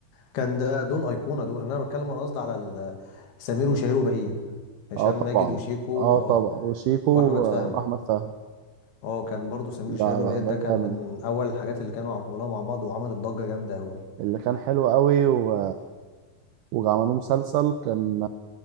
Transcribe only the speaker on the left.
كان ده دول أيقونة دول أنا بتكلم أنا قصدي على ال- سمير وشهير وبهية هشام
ماجد وشيكو
اه
واحمد
فهمي
اه كان برضو سمير
وشهير وبهية
ده
كان
من اول الحاجات اللي كانوا عملوها مع بعض وعملت ضجة جامدة قوي